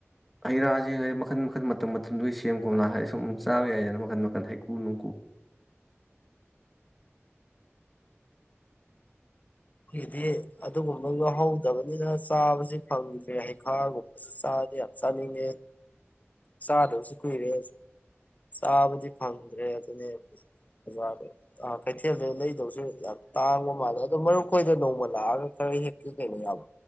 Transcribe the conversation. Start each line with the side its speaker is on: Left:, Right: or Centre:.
Centre: ꯍꯩꯔꯥꯁꯦ ꯍꯥꯏꯗꯤ ꯃꯈꯟ ꯃꯈꯟ ꯃꯇꯝ ꯃꯇꯝ ꯁꯨꯝꯗꯣꯏ ꯁꯦꯝ ꯀꯣꯝꯂꯥ ꯍꯥꯏꯗꯤ ꯁꯨꯝ ꯆꯥꯕ ꯌꯥꯏꯗꯅ ꯃꯈꯟ ꯃꯈꯟ ꯍꯩꯀꯨ ꯅꯨꯡꯀꯨ
Left: ꯁꯤꯗꯤ ꯑꯗꯨꯒꯨꯝꯕ ꯉꯍꯧꯗꯕꯅꯤꯅ ꯆꯥꯕꯁꯤ ꯐꯪꯗ꯭ꯔꯦ ꯍꯩꯈꯥꯒꯨꯝꯕꯁꯤ ꯆꯥꯗꯤ ꯌꯥꯝ ꯆꯥꯅꯤꯡꯉꯦ꯫ ꯆꯥꯗꯕꯁꯨ ꯀꯨꯏꯔꯦ꯫ ꯆꯥꯕꯗꯤ ꯐꯪꯗ꯭ꯔꯦ ꯑꯗꯨꯅꯦ ꯑꯣꯖꯥ ꯀꯩꯊꯦꯜꯗ ꯂꯩꯗꯧꯕꯁꯨ ꯌꯥꯝ ꯇꯥꯡꯕ ꯃꯥꯜꯂꯦ ꯑꯗꯣ ꯃꯔꯨꯞ ꯑꯩꯈꯣꯏꯗ ꯅꯣꯡꯃ ꯂꯥꯛꯑꯒ ꯈꯔ ꯍꯦꯛꯀꯦ ꯀꯩꯅꯣ ꯌꯥꯕ